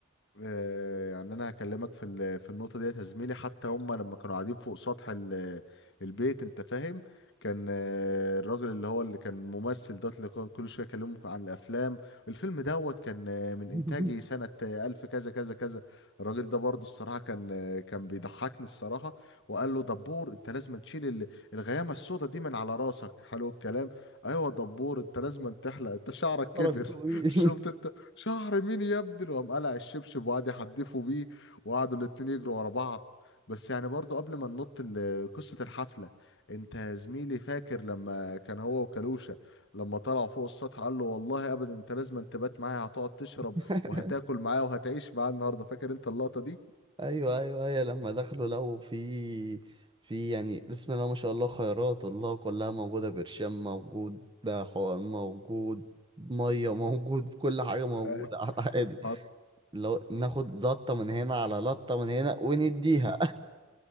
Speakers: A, on the left; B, on the right.
A: آه، يعني انا هكلمك في ال- في النقطه ديت يا زميلي حتى هم لما كانوا قاعدين فوق سطح ال- البيت انت فاهم كان آه، الراجل اللي هو اللي كان ممثل دوت اللي كان كل شويه يكلمهم عن الافلام الفيلم دوت كان آه، من
B: <laughs>
A: انتاجي سنه آه، الف كذا كذا كذا الراجل ده برضو الصراحه كان آه، كان بيضحكني الصراحه وقال له دبور انت لازم تشيل ال- الغيامه السوداء دي من على راسك حلو الكلام ايوه دبور انت لازم تحلق انت شعرك
B: فرق
A: كبر
B: طويل
A: <laughs> شفت انت شهر مين يا ابني وقام قلع الشبشب وقعد يحدفوا بيه وقعدوا الاتنين يجروا ورا بعض بس يعني برضو قبل ما ننط ال- قصة الحفلة انت يا زميلي فاكر لما كان هو وكالوشة لما طلعوا فوق السطح قال له والله ابدا انت لازم أن تبات معايا هتقعد تشرب
B: <laughs>
A: وهتاكل معايا وهتعيش معايا النهارده فاكر انت اللقطة دي؟
B: ايوه ايوه ايوه لما دخلوا لقوا في في يعني بسم الله ما شاء الله خيرات الله كلها موجوده برشام موجود ده حقن موجود ميه موجود <laughs> كل حاجه موجوده
A: <laughs>
B: على عادي
A: حصل
B: لو ناخد زطه من هنا على لطه من هنا ونديها